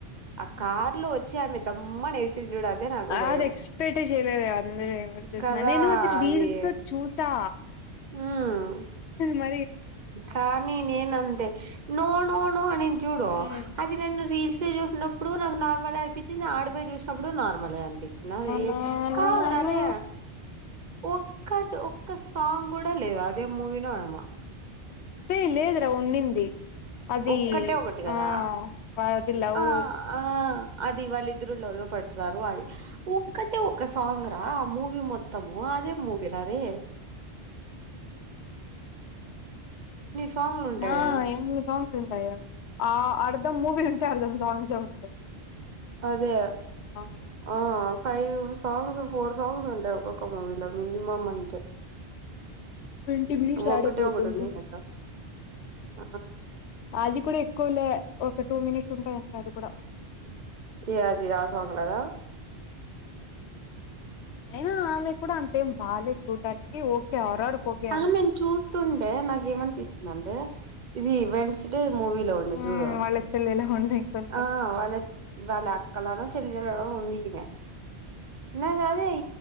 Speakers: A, on the right; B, on the left.
A: ఆ కార్లో వచ్చి ఆమె దమ్మని వేసి చూడు అదే నాకు భయం
B: అది ఎక్స్పెక్ట్ చేయలేదే అందరు ఏమో చూస్తున్నా
A: కదా
B: నేను రీల్స్లో
A: అది
B: చూసా
A: ఉమ్
B: మ
A: కానీ నేనంతే నో నో నో అనింది చూడు
B: నా
A: అది నేను రీల్స్లో చూసినప్పు ఇప్పుడు నాకు నార్మలే అనిపించింది ఆడిపోయి చూసినప్పుడు నార్మలే అనిపించింది అదే
B: నా నా
A: కాదు రా
B: నా
A: అదే ఒక్క ఒక్క సాంగ్ కూడా లేదు అదేం మూవీనో ఏమో
B: ఏ లేదురా ఉండింది అది
A: ఒక్కటే ఒకటి కదా
B: ఆ అది లవ్
A: ఆ ఆ అది వాళ్ళిద్దరు లవ్లో పడతారు అది ఒక్కటే ఒక్క సాంగ్ రా ఆ మూవీ మొత్తము అదేం మూవీరా అరే సాంగ్లు ఉంటాయి
B: ఆ ఎన్ని సాంగ్స్ ఉంటాయో ఆ అర్ధం మూవీ ఉంటె అర్ధం సాంగ్స్ ఉంటయి
A: అదే
B: అయినా
A: ఆ ఫైవ్ సాంగ్స్ ఫోర్ సాంగ్స్ ఉంటాయి ఒక్కొక్క మూవీలో మినిమమ్ అంటే
B: ట్వంటీ మినట్స్ ఆడేపోతుంది
A: ఒక్కటే ఒకటి ఉంది కదా ఆ
B: ఆది కూడ ఎక్కువ లే ఒకటె మినిట్ ఉంటయంట అది కూడా
A: ఇగ అది ఆ సాంగ్ కదా
B: అయిన ఆమె కూడా అంతేం బాగాలేదు చూడ్డానికి ఓకే ఆరరకు ఓకే అమె
A: ఆమెను చూస్తుంటే నాకేమనిపిస్తుందంటే ఇది వెడ్నెస్డే మూవీలో ఉంది
B: మ్మ్
A: చూడు
B: వాళ్ళ చెల్లెలా ఉంది కొంచెం
A: ఆ వాళ్ళ వాళ్ళ అక్కలానో చెల్లెలానో ఉంది ఈమె నాకదే